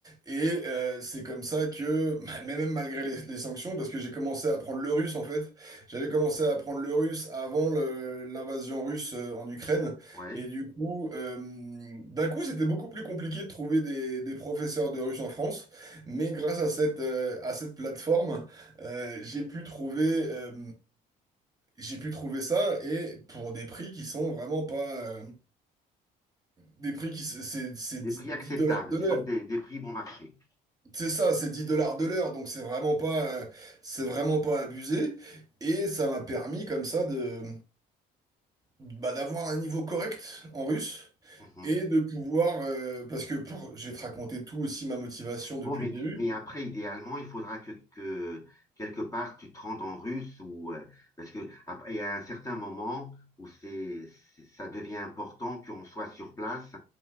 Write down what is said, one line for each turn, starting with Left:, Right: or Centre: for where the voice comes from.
Right: et euh, c'est comme ça que <laughs> mais même malgré les, les sanctions parce que j'ai commencé à apprendre le russe en fait j'avais commencé à apprendre le russe avant le- l'invasion russe euh, en Ukraine
Left: Ouais.
Right: et du coup euh, d'un coup c'était beaucoup plus compliqué de trouver des, des professeurs de russe en France mais grâce à cette euh, à cette plateforme euh, j'ai pu trouver, euh, j'ai pu trouver ça et pour des prix qui sont vraiment pas, euh, des prix qui s- c'est c'est
Left: Des
Right: dix
Left: prix
Right: dix
Left: acceptables,
Right: dollars de
Left: disons
Right: l'heure.
Left: que des, des prix bon marché.
Right: C'est ça, c'est 10 dollars de l'heure, donc c'est vraiment pas, euh, c'est vraiment pas abusé. Et ça m'a permis comme ça de, bah, d'avoir un niveau correct en russe
Left: Mhm.
Right: et de pouvoir, euh, parce que pour, je vais te raconter tout aussi ma motivation depuis
Left: Bon, mais,
Right: le début.
Left: mais après, idéalement, il faudra que, que quelque part tu te rendes en russe ou euh, parce que après, il y a un certain moment où c'est, c'est- ça devient important qu'on soit sur place